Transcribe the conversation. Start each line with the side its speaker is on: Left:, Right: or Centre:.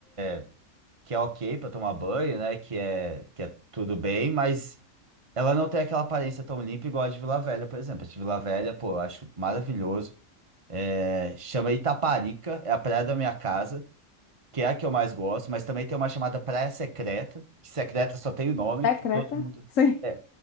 Right: é é que é ok pra tomar banho, né? Que é, que é tudo bem, mas ela não tem aquela aparência tão limpa igual a de Vila Velha, por exemplo. A de Vila Velha, pô, eu acho maravilhoso. É, chama Itaparica, é a praia da minha casa, que é a que eu mais gosto, mas também tem uma chamada Praia Secreta, que secreta só tem o nome, porque
Left: É Creta?
Right: todo mundo.
Left: Sim.
Right: É,